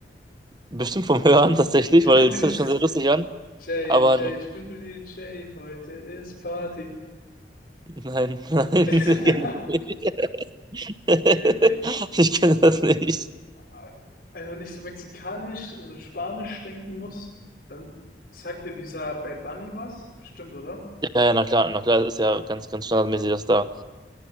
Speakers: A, on the right (about 25°); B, on the left (about 65°).
A: Bestimmt vom Hören tatsächlich,
B: <laughs>
A: weil das
B: Dieses
A: hört sich schon sehr lustig an.
B: Jay,
A: Aber
B: Jay,
A: n-
B: Schnüffeli, Jay, heute ist Party.
A: <laughs> nein, <laughs> nein,
B: <laughs>
A: ich kenne das nicht. <laughs>
B: Nee, okay.
A: Ich kenne das nicht.
B: Aber Wenn ich so mexikanisch, so spanisch denken muss, dann sagt dir dieser Bad Bunny was? Bestimmt, oder?
A: Ja, ja, na klar, na klar, das ist ja ganz, ganz standardmäßig, das da.